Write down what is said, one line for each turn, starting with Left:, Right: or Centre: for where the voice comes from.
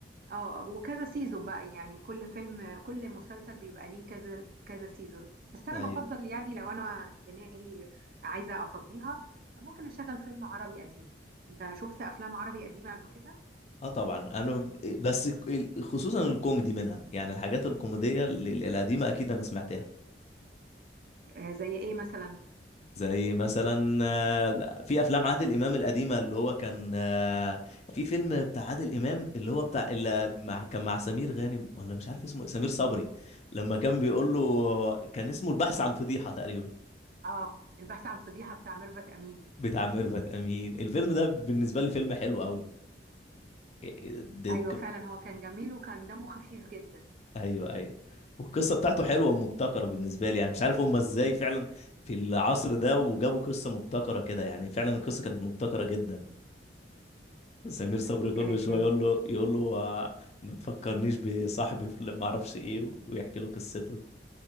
Right: اه وكذا سيزون بقى يعني كل فيلم كل مسلسل بيبقى ليه كذا كذا سيزون بس انا
Left: ايوه
Right: بفضل يعني لو انا دماغي عايزة افضيها ممكن اشغل فيلم عربي قديم انت شفت افلام عربي قديمة قبل كده
Left: اه طبعا انا ب- بس ك- خصوصا الكوميدي منها يعني الحاجات الكوميديه ال- ال- القديمه اكيد انا سمعتها
Right: آه، زي ايه مثلا
Left: زي مثلا آه، في افلام عادل امام القديمه اللي هو كان آه، في فيلم بتاع عادل امام اللي هو بتاع اللي مع كان مع سمير غانم ولا مش عارف اسمه إيه، سمير صبري لما كان بيقول له كان اسمه البحث عن فضيحه تقريبا
Right: اه البحث عن فضيحة بتاع ميرفت امين
Left: بتاع ميرفت امين الفيلم ده بالنسبه لي فيلم حلو قوي
Right: ايوه فعلا هو كان جميل وكان دمه خفيف جدا
Left: ايوه ايوه والقصه بتاعته حلوه ومبتكره بالنسبه لي يعني مش عارف هم ازاي فعلا في العصر ده وجابوا قصه مبتكره كده يعني فعلا القصه كانت مبتكره جدا سمير صبري
Right: ايوه كانت
Left: كل شويه
Right: جميلة
Left: يقول له يقول له آه، ما تفكرنيش بصاحبي في ما اعرفش ايه ويحكي له قصته